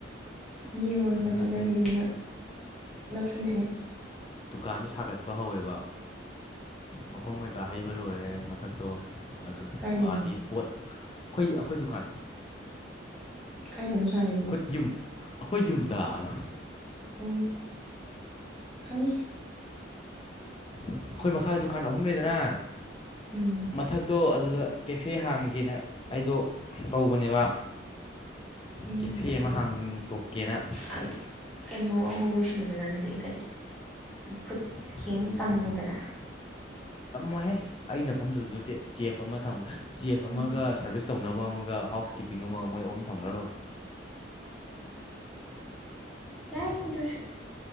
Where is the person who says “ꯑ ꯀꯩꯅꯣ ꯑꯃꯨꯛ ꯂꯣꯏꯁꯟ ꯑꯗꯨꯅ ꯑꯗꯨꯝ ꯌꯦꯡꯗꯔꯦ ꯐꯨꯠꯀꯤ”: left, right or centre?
Centre